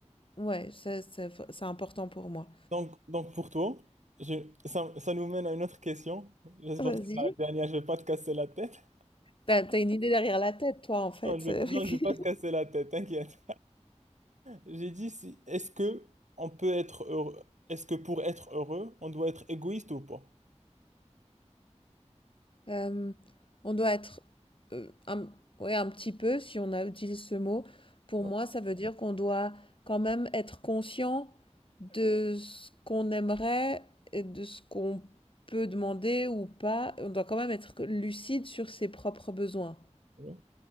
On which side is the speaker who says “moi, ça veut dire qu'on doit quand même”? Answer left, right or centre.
Left